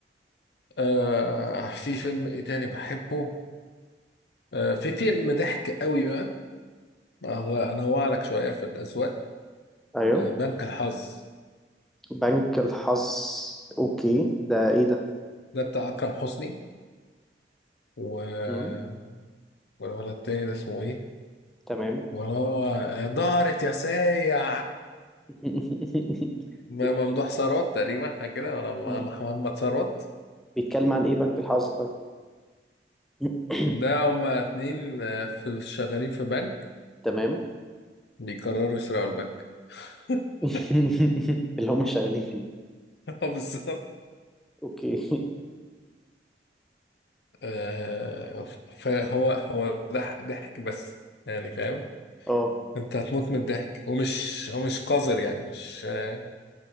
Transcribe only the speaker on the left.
آه في فيلم ايه تاني بحبه آه في فيلم ضحك قوي بقى آه، انوع لك شوية في الاذواق
آه بنك الحظ
ده بتاع اكرم حسني و
والولد التاني ده اسمه ايه
وهو آه، دارت يا سيع
<laughs> ممدوح
ثروت تقريبا حاجة كده ولا
محمد ثروت
ده هما اتنين آه، في شغالين في بنك
بيقرروا يسرقوا البنك <laughs>
اه بالظبط
آه، فهو هو ضحك ضحك بس يعني فاهم
انت هتموت من الضحك ومش هو مش قذر يعني مش آه،